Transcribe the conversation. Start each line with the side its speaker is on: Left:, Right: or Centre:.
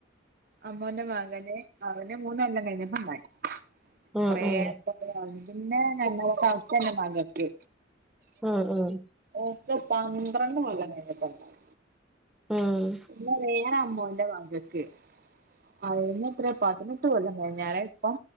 Right: അമ്മോന്റ മകന് അവന് മൂന്നൊല്ലം കഴിഞ്ഞപ്പണ്ടായി
Centre: ഉം
Right: കൊറേ
Centre: ഉം
Right: അറ്റത്ത് പിന്നെ നല്ല സൗത്തന്നെ മകക്ക്
Centre: ഉം ഉം
Right: ഓക്ക് പന്ത്രണ്ട് കൊല്ലം കഴിഞ്ഞിട്ടണ്ടായത്.
Centre: ഉം
Right: ഇന്നാ വേറെ അമ്മോന്റ മകക്ക് അതിനെത്രെ പതിനെട്ട് കൊല്ലം കഴ്ഞ്ഞാരെ ഇപ്പം